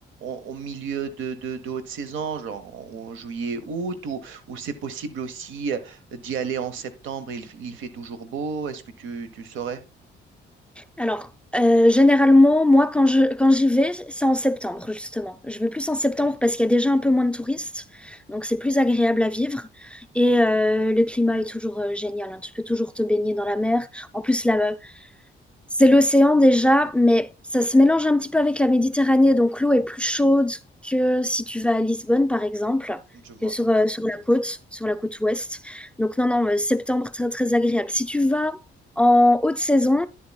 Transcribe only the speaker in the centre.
Alors, euh, généralement, moi, quand je, quand j'y vais, c'est en septembre, justement. Je vais plus en septembre parce qu'il y a déjà un peu moins de touristes, donc c'est plus agréable à vivre. Et euh, le climat est toujours euh, génial, hein. Tu peux toujours te baigner dans la mer. En plus, là, euh, c'est l'océan déjà, mais ça se mélange un petit peu avec la Méditerranée, donc l'eau est plus chaude que si tu vas à Lisbonne, par exemple,
que sur, euh, sur la côte, sur la côte ouest. Donc non, non, euh, septembre, très, très agréable. Si tu vas en haute saison,